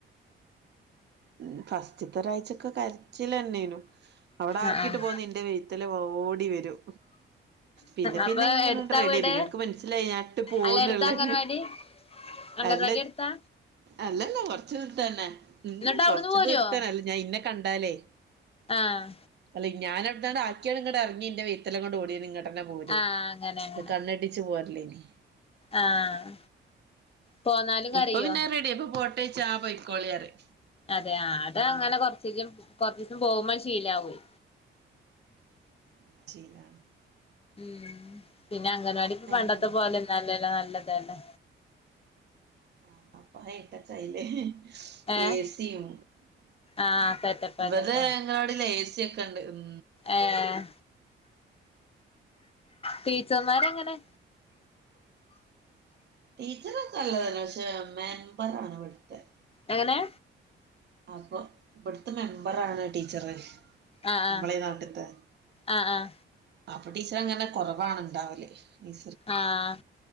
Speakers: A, on the right; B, on the left.
A: ഉം ഫസ്റ്റ്ത്തെ ഒരാഴ്ചൊക്കെ കര്ച്ചിലെന്നേനു. അവ്ടെ ആക്കീട്ട്
B: ആഹ് ആഹ്
A: പോന്നാ ഇന്റെ വെയ്ത്തലെ ഓടി വരും. പിന്നെ
B: അപ്പൊ
A: പിന്നെ ഇങ്ങനെ
B: എടുത്താ
A: റെഡി
B: വീട്
A: ആയി. പിന്നെൻക്ക് മനസ്സിലായി ഞാൻ ട്ട് പോവുന്നുള്ളത്
B: അല്ല എടുത്താ അംഗൻവാടി അംഗൻവാടി
A: അല്ല
B: എടുത്താ
A: അല്ലല്ല കൊർച്ച് ദൂര്ത്തന്നെ. ഉം
B: എന്നിട്ട് അവിടുന്ന്
A: കൊർച്ച്
B: പോരുവോ
A: ദൂര്ത്തന്നെ അല്ല ഞാ ഇന്നെ കണ്ടാലേയ്
B: ആഹ്
A: അല്ലെ ഞാനവ്ട്ന്നണാക്ക്യാല്, ഇങ്ങട്ടർങ്ങി ഇന്റെ വെയർത്തലെങ്ങട് ഓടി വെരും ങ്ങ ട്ടെന്നെ പോരും.
B: ആഹ് അങ്ങനെ അങ്ങനെ
A: ഇത് കണ്ണെട്ടിച്ച് പോരലേനി
B: ആഹ് പോന്നാലും കരയോ
A: ഇപ്പ പിന്നെ റെഡ്യായി, ഇപ്പം പോട്ടേയ്ച്ചാ ആഹ് പൊയ്ക്കോളി പറിം.
B: അതെ ആഹ്, അത് അങ്ങനെ കൊർച്ചീസം കൊർച്ച്ചീസം പോവുമ്പണ് ശീലാവോയ്.
A: ആഹ് ശീലാവും.
B: ഉം. പിന്നെ അംഗലവാടി ഇപ്പ
A: അയിന്
B: പണ്ടത്തെ പോലെന്നല്ലല്ലോ നല്ലതല്ലെ.
A: ആഹ് അപ്പൊ ഹൈടെക്കായിലെ.
B: ഏഹ്
A: ഏ സിം,
B: ആഹ് സെറ്റപ്പല്ലപ്പ
A: ഇവ്ടെ അംഗൻവാടീല് ഏ സ്യൊക്കെ ക്കെണ്ട് ഉം.
B: ഏഹ്, ടീച്ചർമാര്ങ്ങനെ
A: ടീച്ചറൊക്കെ നല്ലതന്നെ പക്ഷെ മെമ്പറാണ് ഇവിടുത്തെ-
B: എങ്ങനെ?
A: അപ്പൊ ഇവിടുത്തെ മെമ്പറാണ് ടീച്ചറേ -
B: ആഹ്
A: നമ്മളെ നാട്ടത്തെ
B: ആഹ് ആഹ്
A: അപ്പൊ ടീച്ചറ് അങ്ങനെ കുറവാണ് ഉണ്ടാവല് <unintelligible>
B: ആഹ് ആഹ്